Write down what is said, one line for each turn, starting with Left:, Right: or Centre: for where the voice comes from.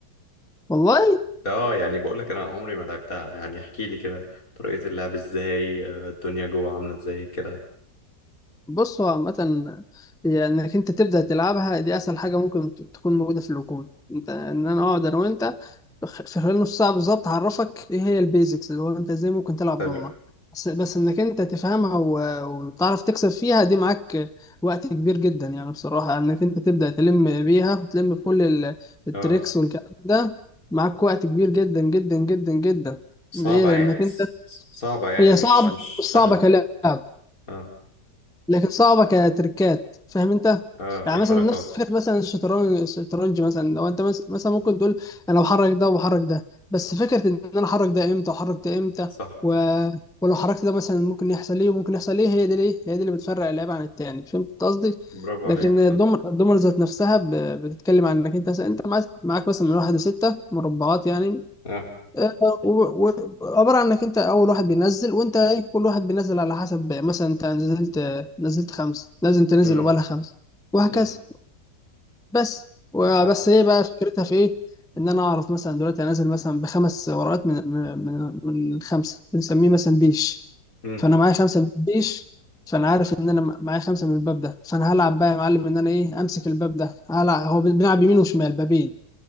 Centre: والله
Left: اه يعني بقول لك انا عمري ما لعبتها يعني احكي لي كده طريقة اللعب ازاي آه، الدنيا جوه عاملة ازاي كده
Centre: بص هو عامة هي انك انت تبدأ تلعبها دي اسهل حاجة ممكن ت- تكون موجودة في الوجود انت ان انا اقعد انا وانت خ- في خلال نص ساعة بالظبط هعرفك ايه هي البيزكس اللي هو انت ازاي ممكن تلعب
Left: حلو
Centre: دومنة بس بس انك انت تفهمها و- وتعرف تكسب فيها دي معاك وقت كبير جدا يعني بصراحة انك انت تبدأ تلم بيها وتلم بكل ال- التريكس
Left: اه
Centre: والكلام ده معاك وقت كبير جدا جدا جدا جدا
Left: صعبة
Centre: ليه لانك
Left: يعني ص-
Centre: انت
Left: صعبة يعني
Centre: هي
Left: مش
Centre: صعبة
Left: مش
Centre: مش صعبة
Left: سهلة
Centre: كلاعب
Left: اه
Centre: لكن صعبه كتركات فاهم انت
Left: اه في
Centre: يعني
Left: حركات
Centre: مثلا نفس فكره مثلا الشطرنج الشطرنج مثلا لو انت مس- مثلا ممكن تقول انا بحرك ده وبحرك ده بس فكره ان انا احرك ده امتى واحرك ده امتى
Left: صح
Centre: و... ولو حركت ده مثلا ممكن يحصل ايه وممكن يحصل ايه هي دي ليه هي دي اللي بتفرق اللعيب عن التاني فهمت قصدي
Left: برافو
Centre: لكن
Left: عليك صح
Centre: الدومر الدومر ذات نفسها ب... بتتكلم عن انك انت مثلا انت معاك معاك مثلا من واحد لستة مربعات يعني
Left: اه
Centre: آه، و- و- عبارة عن انك انت اول واحد بينزل وانت ايه كل واحد بينزل على حسب مثلا انت نزلت نزلت خمسة لازم تنزل
Left: امم
Centre: وبقالها خمسة وهكذا
Left: امم
Centre: بس وبس
Left: حلو
Centre: ايه بقى فكرتها في ايه ان انا اعرف مثلا دلوقتي انزل مثلا بخمس ورقات من من من الخمسة بنسميه مثلا بيش
Left: امم
Centre: فانا معايا خمسة من البيش فانا عارف ان انا معايا خمسة من الباب ده فانا هلعب بقى يا معلم ان انا ايه امسك الباب ده هلعب هو بنلعب يمين وشمال بابين